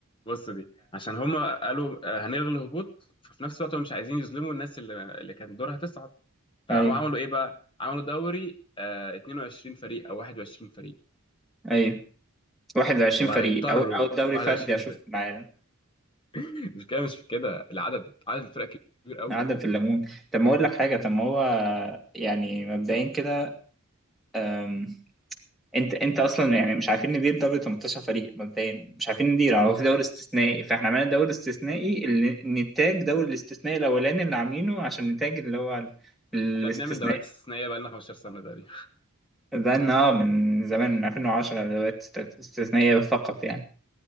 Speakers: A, on the left (about 25°); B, in the centre.
A: بص دي عشان هما قالوا آه، هنلغي الهبوط ففي نفس الوقت هم مش عايزين يظلموا الناس اللي اللي كان دورها تصعد فقاموا
B: ايوه
A: عملوا ايه بقى؟ عملوا دوري آه 22 فريق او 21 فريق
B: ايوه 21
A: وهيضطروا
B: فريق أول أول دوري
A: 21
B: فردي أشوف
A: فريق
B: معانا
A: <laughs> مش كده مش كده العدد عدد الفرق كبير قوي
B: قاعدة في الليمون طب ما أقول لك حاجة طب ما هو يعني مبدئيا كده أم، أنت أنت أصلا يعني مش عارفين ندير دوري 18 فريق مبدئيا مش عارفين ندير هو
A: <laughs>
B: في دوري استثنائي فإحنا عملنا دوري استثنائي اللي نتاج دوري الاستثنائي الأولاني اللي عاملينه عشان نتاج اللي هو ال- الاستثنائي
A: احنا بنعمل دوريات استثنائيه بقى لنا 15 سنه تقريبا
B: ده إن أه من زمان من 2010 دوريات است- استثنائية فقط يعني